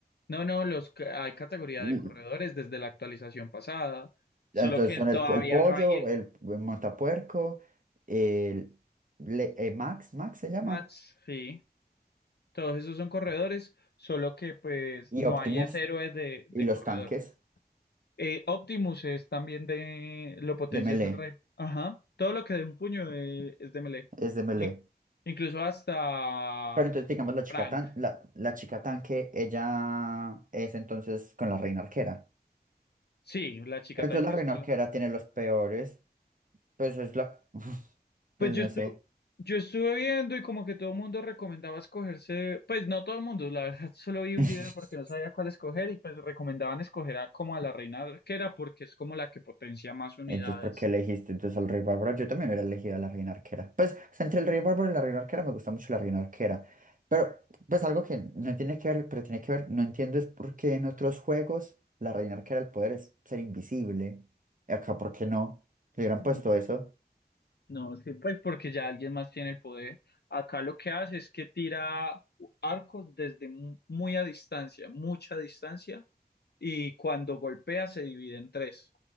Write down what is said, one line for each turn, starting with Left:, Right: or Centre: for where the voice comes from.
Left: No, no, los, ca- hay categoría
Right: Mm,
Left: de corredores desde la actualización pasada, solo
Right: Entonces
Left: que
Right: son
Left: todavía
Right: el, el pollo,
Left: no hay eh,
Right: el montapuerco, el le- eh, Max, Max se llama,
Left: mats, sí, todos esos son corredores, solo que pues
Right: y
Left: no
Right: Optimus,
Left: hay ese héroe de, de
Right: y los
Left: corredor.
Right: tanques
Left: Eh, Optimus es también de, lo potencia
Right: de melee,
Left: es el rey, ajá, todo lo que de un puño eh, es de melee,
Right: es de melee.
Left: In- incluso hasta
Right: Pero entonces digamos la chica,
Left: Frank,
Right: tan, la, la chica tanque, ella es entonces con la reina arquera.
Left: sí, la chica
Right: Pero
Left: tanque
Right: entonces la
Left: es
Right: reina
Left: con
Right: arquera
Left: la...
Right: tiene los peores, pues es la, <laughs> pues
Left: Pues yo
Right: no
Left: estuve,
Right: sé.
Left: yo estuve viendo y como que todo el mundo recomendaba escogerse, pues no todo el mundo, la verdad, <laughs> solo vi un
Right: <laughs>
Left: video porque no sabía cuál escoger y pues recomendaban escoger a, como a la reina arquera porque es como la que potencia más unidades.
Right: Entonces, ¿por qué elegiste entonces al rey bárbaro? Yo también hubiera elegido a la reina arquera. Pues, o sea, entre el rey bárbaro y la reina arquera me gusta mucho la reina arquera. Pero, pues algo que no tiene que ver, pero tiene que ver, no entiendo es por qué en otros juegos la reina arquera el poder es ser invisible. Y Acá, ¿por qué no? Le hubieran
Left: Mm,
Right: puesto eso.
Left: No, sí, pues porque ya alguien más tiene el poder. Acá lo que hace es que tira arcos desde mu- muy a distancia, mucha distancia, y cuando golpea se divide en tres.